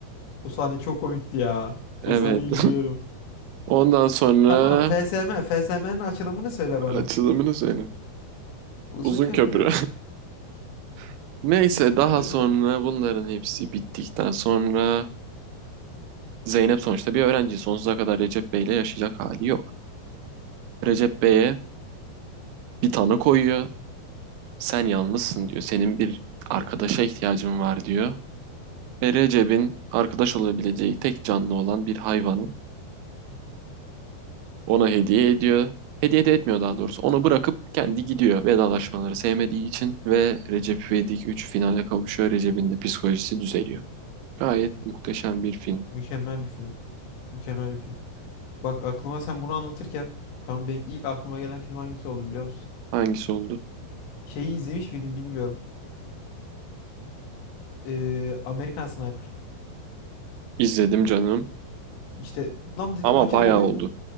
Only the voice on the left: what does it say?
O sahne çok komikti ya.
O sahneyi biliyorum.
Tamam FSM. FSM'nin açılımını söyle
bana.
Uzun
köprü.
Ee,
Mükemmel bir film. Mükemmel bir film. Bak aklıma sen bunu anlatırken tam benim ilk aklıma gelen film hangisi oldu biliyor musun?
Şeyi izlemiş miydim bilmiyorum. Ee, American Sniper.
İşte lan dedim
acaba
o,
o-